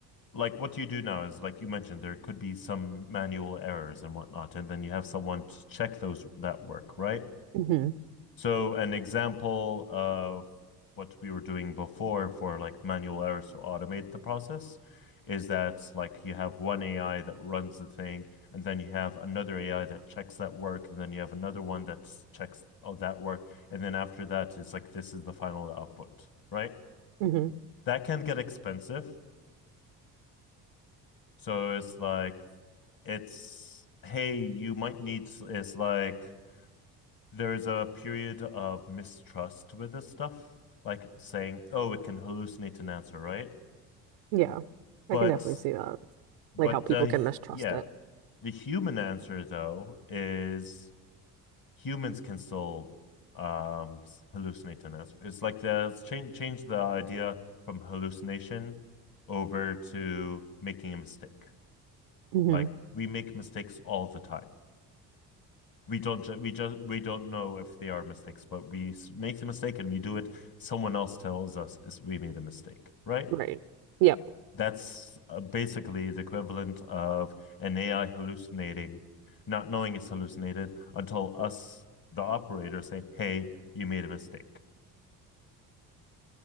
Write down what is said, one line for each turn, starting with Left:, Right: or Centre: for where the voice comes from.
Left: like what you do now is like you mentioned there could be some manual errors and whatnot, and then you have someone to check those that work, right?
Right: hmm
Left: So an example of what we were doing before for like manual errors to automate the process is that like you have one AI that runs the thing, and then you have another AI that checks that work, and then you have another one that checks oh, that work, and then after that, it's like this is the final output, right?
Right: hmm
Left: That can get expensive. So it's like it's hey, you might need it's like there's a period of mistrust with this stuff, like saying, "Oh, it can hallucinate an answer, right?"
Right: Yeah,
Left: But
Right: I can definitely see that.
Left: but
Right: Like how people
Left: the
Right: can mistrust
Left: yeah,
Right: it.
Left: the human answer though is humans can still um hallucinate an answer. It's like the change change the idea from hallucination over to making a mistake.
Right: hmm
Left: Like we make mistakes all the time. we don't ju- we just we don't know if they are mistakes, but we s- make the mistake and we do it. Someone else tells us is we made a mistake, right?
Right: Right. Yep.
Left: That's uh, basically the equivalent of an AI hallucinating, not knowing it's hallucinated until us, the operator, say, "Hey, you made a mistake."